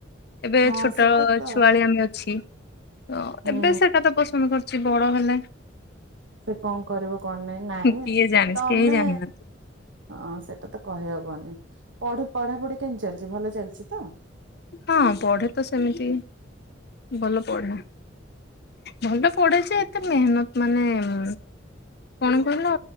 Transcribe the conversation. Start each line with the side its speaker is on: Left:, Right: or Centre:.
Left: ଏବେ
Right: ହଁ
Left: ଛୋଟ
Right: ସେଟା ତ
Left: ଛୁଆଳିଆମି ଅଛି। ତ
Right: ହୁଁ
Left: ଏବେ ସେଟା ତ ପସନ୍ଦ କରୁ ଚି ବଡ ହେଲେ
Right: ସେ କଣ କରିବ କଣ ନାଇଁ, ନାଇଁ
Left: କିଏ ଜାଣିଛି
Right: ତୋମେ
Left: କେହି ଜାଣିନାହାନ୍ତି
Right: ହଁ ସେଟା ତ କହିହବନି ପଢୁ ପଢାପଢି କେମିତି ଚାଲିଚି? ଭଲ ଚାଲିଚି ତ?
Left: ହଁ ପଢେ ତ ସେମିତି ଭଲ ପଢେ। ଭଲ ପଡେ ଯେ ଏତେ ମେହନତ ମାନେ ଉଁ କଣ କହିଲ